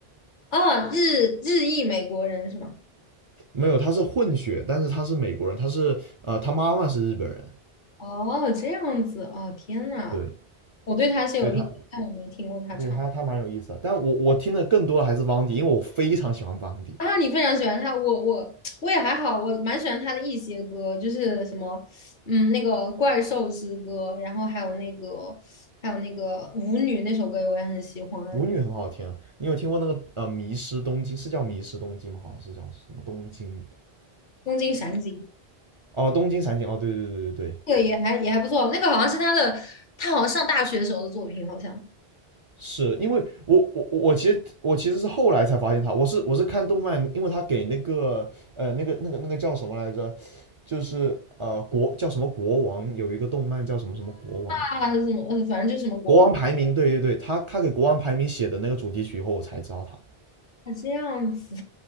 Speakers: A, on the left; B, on the right.
A: 哦，日日裔美国人是吗？
B: 没有他是混血，但是他是美国人，他是呃他妈妈是日本人。
A: 哦，这样子，哦，天呐，
B: 对，
A: 我对他是有印象，
B: 所以他
A: 但我没听过他唱。
B: 对他他蛮有意思的。但我我听的更多的还是汪迪，因为我非常喜欢汪迪，
A: 啊，你非常喜欢他，我我我也还好，我蛮喜欢他的一些歌，就是什么，嗯，那个怪兽之歌，然后还有那个还有那个舞女那首歌我也很喜欢，
B: 舞女很好听啊。你有听过那个呃迷失东京是叫迷失东京吗？好像是叫什么东京。
A: 东京闪景，
B: 哦，东京散景，哦，对对对对对，
A: 那个也还也还不错，那个好像是他的，他好像上大学时候的作品，好像
B: 是因为我我我其实我其实是后来才发现他，我是我是看动漫，因为他给那个呃那个那个那个叫什么来着，就是呃国叫什么国王有一个动漫叫什么什么国王，
A: 啊，什么，呃反正就是什么国王，
B: 国王排名，对对对，他他给国王排名写的那个主题曲以后，我才知道他，
A: 啊这样子，